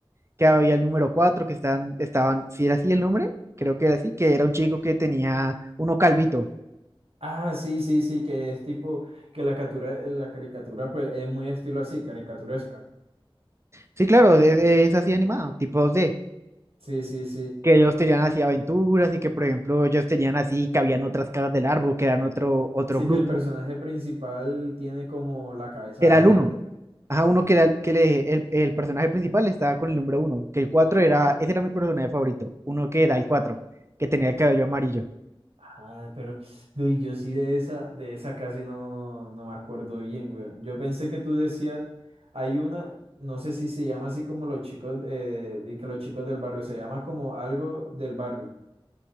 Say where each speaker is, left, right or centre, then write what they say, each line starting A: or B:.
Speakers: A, on the right; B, on the right.
A: que había el número 4 que estaban, estaban, si era así el nombre, creo que era así, que era un chico que tenía uno calvito.
B: Ah, sí, sí, sí, que es tipo, que la captura, la caricatura, pues, es muy estilo así, caricaturesca.
A: Sí, claro, es, es así animado, tipo 2D,
B: Sí, sí, sí.
A: que ellos tenían así aventuras y que, por ejemplo, ellos tenían así, que habían otras caras del árbol, que eran otro, otro
B: Sí,
A: grupo,
B: que el personaje principal tiene como la cabeza
A: que era el
B: grande.
A: Mm. uno. Ajá, uno que era el- que le- el, el personaje principal estaba con el número uno, que el 4 era, ese era mi personaje favorito, uno que era el 4 que tenía el cabello amarillo.
B: Ah, pero uy, yo sí de esa, de esa casi no, no me acuerdo bien, güey. Yo pensé que tú decías, hay una, no sé si se llama así como los chicos, eh, y que los chicos del barrio, se llama como algo del barrio,